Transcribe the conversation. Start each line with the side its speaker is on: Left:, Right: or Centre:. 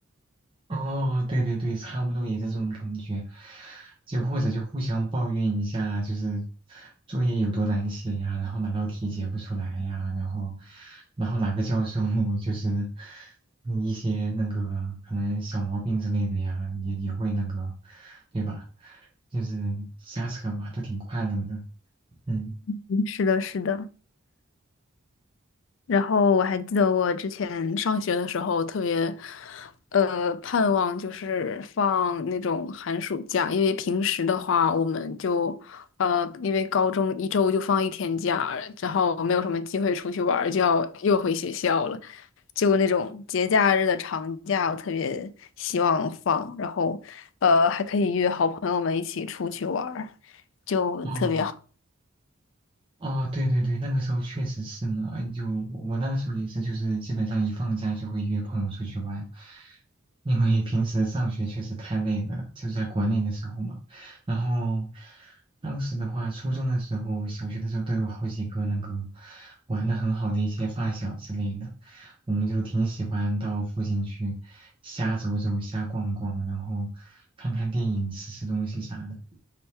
Right: 哦，对对对，差不多也是这种感觉，就或者就互相抱怨一下，就是作业有多难写呀，然后哪道题解不出来呀，然后然后哪个教授 <laughs> 就是嗯一些那个可能小毛病之类的呀，也也会那个，对吧？就是瞎扯嘛，都挺快乐的，嗯。
Left: 嗯是的，是的。然后我还记得我之前上学的时候特别呃盼望就是放那种寒暑假，因为平时的话我们就。呃，因为高中一周就放一天假，然后没有什么机会出去玩儿就要又回学校了。就那种节假日的长假，我特别希望放，然后呃还可以约好朋友们一起出去玩儿，就特别好。
Right: 哦哦，对对对，那个时候确实是呢，就我我那个时候也是，就是基本上一放假就会约朋友出去玩，因为平时上学确实太累了，就在国内的时候嘛。然后当时的话，初中的时候、小学的时候都有好几个那个玩的很好的一些发小之类的，我们就挺喜欢到附近去瞎走走、瞎逛逛，然后看看电影、吃吃东西啥的。